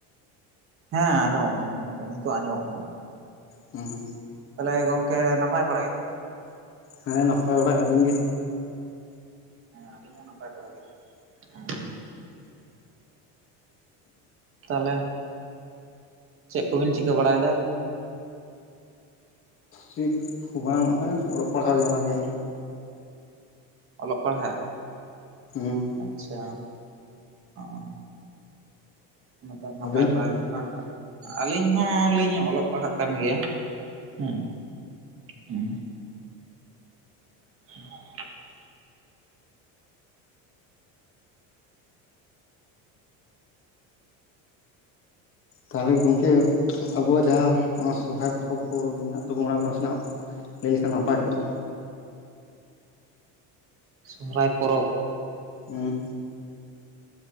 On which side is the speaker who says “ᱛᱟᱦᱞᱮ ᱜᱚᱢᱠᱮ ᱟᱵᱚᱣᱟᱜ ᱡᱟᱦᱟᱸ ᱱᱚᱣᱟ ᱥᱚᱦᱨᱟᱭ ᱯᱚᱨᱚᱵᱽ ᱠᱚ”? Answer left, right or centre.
Left